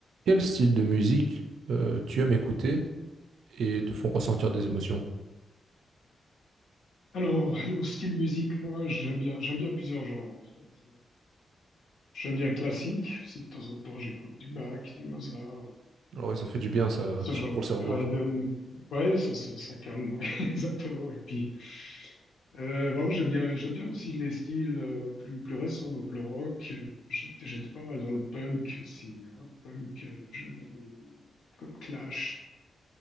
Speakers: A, on the right (about 85°); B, on the left (about 80°).
A: Quel style de musique euh, tu aimes écouter et te font ressentir des émotions?
B: Alors, lié au style musique, moi, j'aime bien, j'aime bien plusieurs genres, en fait. J'aime bien le classique. Si de temps en temps, j'écoute du Bach, du Mozart,
A: Alors oui, ça fait du bien ça,
B: ce
A: sur-
B: genre
A: pour
B: de
A: le cerveau.
B: Haydn. Ouais, ça, ça, ça calme, ouais, <laughs> exactement. Et puis, euh, vraiment, j'aime bien, j'aime bien aussi les styles euh, plus, plus récents, donc le rock. euh, J'étais, j'étais pas mal dans le punk aussi. Rock punk, euh, j'aime bien des, des groupes comme Clash,